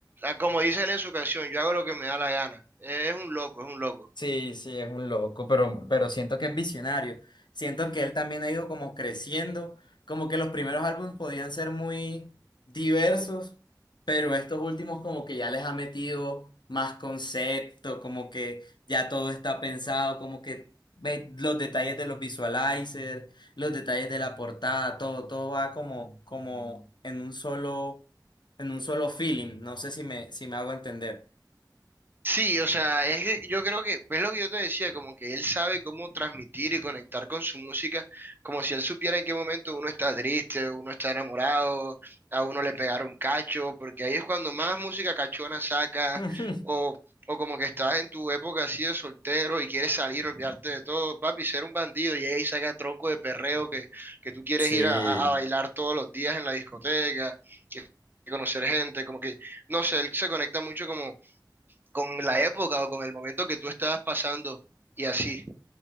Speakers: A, on the right; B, on the left.
A: como dice él en su canción, yo hago lo que me da la gana, es un loco, es un loco.
B: Sí, sí, es un loco, pero, pero siento que es visionario. Siento que él también ha ido como creciendo, como que los primeros álbumes podían ser muy diversos, pero estos últimos como que ya les ha metido más concepto, como que ya todo está pensado, como que ve los detalles de los visualizers, los detalles de la portada, todo, todo va como, como en un solo, en un solo feeling. No sé si me, si me hago entender.
A: Sí, o sea, es que yo creo que, es lo que yo te decía, como que él sabe cómo transmitir y conectar con su música, como si él supiera en qué momento uno está triste, uno está enamorado, a uno le pegaron cacho, porque ahí es cuando más música cachona saca,
B: <laughs>
A: o, o como que estás en tu época así de soltero y quieres salir, olvidarte de todo, papi, ser un bandido, y ahí saca tronco de perreo que, que tú quieres
B: Sí,
A: ir a, a a bailar todos los días en la discoteca, que conocer gente, como que, no sé, él se conecta mucho como con la época o con el momento que tú estabas pasando y así.